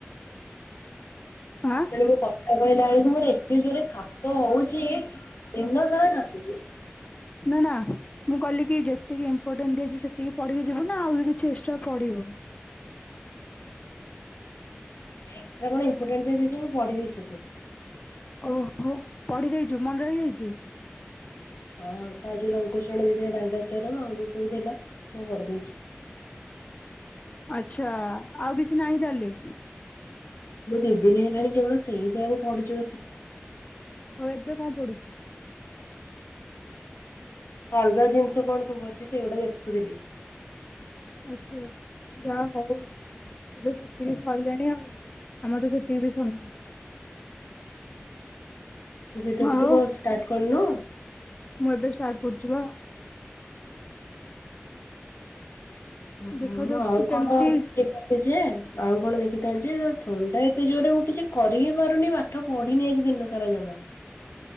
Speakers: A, on the left (about 30°); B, on the left (about 80°).
A: ଆଁ
B: ତେଣୁ ମୁଁ ସ କଥା କହିଲା ବେଳକୁ ମୋର ଏତେ ଜୋରେ ଖାସ ହଉଛି ଦିନ ସାରା ଖାସୁଚି।
A: ନା ନା। ମୁଁ କହିଲି କି ଯେତିକି ଇମ୍ପୋଟାଣ୍ଟ ଦିଆଛି ସେତିକି ପଢିକି ଯିବୁ ନା ଆଉ ବି କିଛି ଏକ୍ସଟ୍ରା ପଢିବୁ।
B: ଏକ୍ସଟ୍ରା କଣ ଇମ୍ପୋଟାଣ୍ଟ ଦେଇଛି ମୁ ପଢି ଦେଇଛି ସବୁ।
A: ଓହୋ ପଢି ଦେଇଛୁ ମନେ ରହିଯାଇଛି।
B: ହଁ ତା ଯୋଉ ଲଙ୍କକୋଶ୍ଚିନ ଦେଇଥିଲା ଡାଙ୍ଗା ଚରମ ଆଉ ଯୋଉ ସବୁ ଥିଲା। ମୁଁ ପଢି ଦେଇଛି।
A: ଆଛା ଆଉ କିଛି ନାହିଁ ତାହେଲେ।
B: ମୁଁ ଦିଦିନୀ ହେଲାଣି କେବଳ ସେଇଟାଆକୁ ପଢୁ ଛି ବସିକି?
A: ହଉ ଏବେ କଣ ପଢୁ ଚୁ?
B: ଅଲଗା ଜିନିଷ କଣ ସବୁ ଅଛି ସେଗୁଡା ଦେଖୁଥିଲି।
A: ଆଛା ଯା ହଉ ସେତିକି ସଇଲାଣି ଆଉ ଆମର ତ ସେତିକି ବି ସରିନି।
B: ତୁ କେ ତୁ
A: ଆଉ
B: କଣ ଷ୍ଟାର୍ଟ କରିନୁ।
A: ମୁଁ ଏବେ ଷ୍ଟାଟ କରୁଛି ବା
B: ଓହୋ
A: ଦେଖାଯାଉ
B: ମୁଁ ଆଉ
A: ତୁ କେମିତି
B: କଣ କେ ଯେ ଆଉ କଣ ଦେଖିଥାନ୍ତି ଯେ ଥଣ୍ଡା ଏତେ ଜୋର୍ ରେ ମୁଁ କିଛି କରି ହିଁ ପାରୁନି ବା ପାଠ ପଢିନି ଆଜି ଦିନ ସାରା ଜମା।